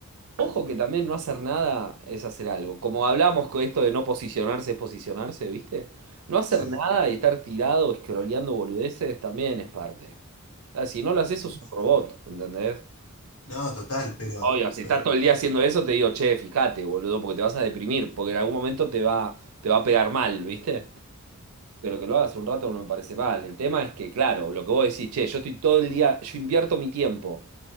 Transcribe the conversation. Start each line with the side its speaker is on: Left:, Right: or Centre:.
Right: Ojo que también no hacer nada es hacer algo. Como hablamos con esto de no posicionarse es posicionarse, ¿viste? No hacer
Left: Sí.
Right: nada y estar tirado, escroleando boludeces, también es parte. Ah, Si no lo haces,
Left: Sí.
Right: sos un robot, ¿entendés?
Left: No, total, pero,
Right: Obvio, si
Left: pero
Right: estás todo el día haciendo eso, te digo, che, fíjate, boludo, porque te vas a deprimir, porque en algún momento te va, te va a pegar mal, ¿viste? Pero que lo hagas un rato no me parece mal. El tema es que, claro, lo que vos decís, che, yo estoy todo el día, yo invierto mi tiempo